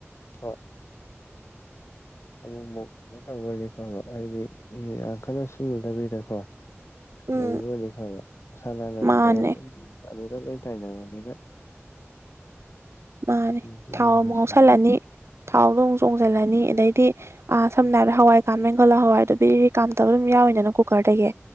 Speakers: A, on the left; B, on the right.
A: ꯍꯣꯏ ꯑꯃꯨꯛꯨꯛ ꯀꯩꯅꯣ ꯇꯧꯕꯑꯣꯏꯗꯤ ꯐꯕꯥ ꯍꯥꯏꯗꯤ ꯑꯦꯑ ꯈꯅꯅꯥ ꯁꯤꯟꯗꯔꯒꯗꯀꯣ
B: ꯎꯝ
A: ꯂꯩꯕ ꯑꯣꯏꯗꯤ ꯐꯕ ꯁꯡꯉꯥꯒꯂꯩꯗꯧꯕ
B: ꯃꯥꯅꯦ
A: ꯁꯨꯃ ꯂꯩꯗꯧꯕ ꯂꯣꯏ ꯇꯥꯏꯅꯔꯃꯤꯅꯥ
B: ꯃꯥꯅꯦ
A: ꯎꯝ
B: ꯊꯥꯎ ꯑꯃꯨꯛ ꯉꯥꯎꯁꯜꯂꯅꯤ ꯊꯥꯎꯗꯣ ꯑꯃꯨꯛ ꯆꯣꯡꯁꯤꯜꯂꯅꯤ ꯑꯗꯩꯗꯤ ꯑ ꯁꯝꯅ ꯍꯥꯏꯔꯕꯗ ꯍꯋꯥꯏ ꯀꯥꯝ ꯃꯦꯟ ꯈꯜꯂꯣ ꯍꯋꯥꯏꯗꯨ ꯕꯔꯤ ꯔꯤ ꯀꯥꯝꯗꯕ ꯑꯗꯨꯝ ꯌꯥꯎꯏꯗꯅ ꯀꯨꯀꯔꯗꯒꯤ